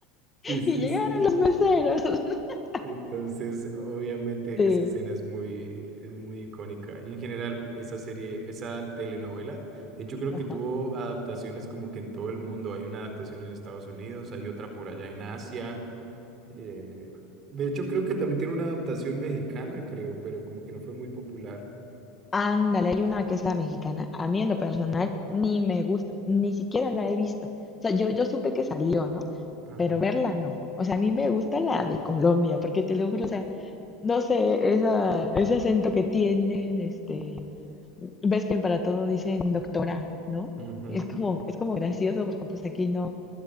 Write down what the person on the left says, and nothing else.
Y llegaron
los meseros. <laughs>
Sí,
ajá.
Ándale, hay una que es la mexicana. A mí en lo personal ni me gusta, ni siquiera la he visto. O sea, yo, yo supe que salió, ¿no?
Pero verla no. O sea, a mí me gusta la de Colombia, porque te lo juro, o sea, no sé, esa, ese acento que tienen, este, ves que para todo dicen doctora, ¿no?
Es como, es como gracioso porque pues aquí no